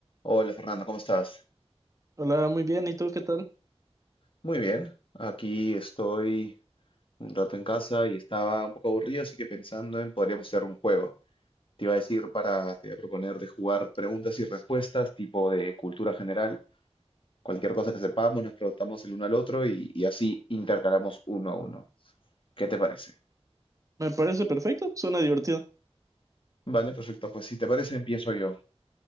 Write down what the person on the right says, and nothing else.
Hola, muy bien. ¿Y tú qué tal?
Me parece perfecto. Suena divertido.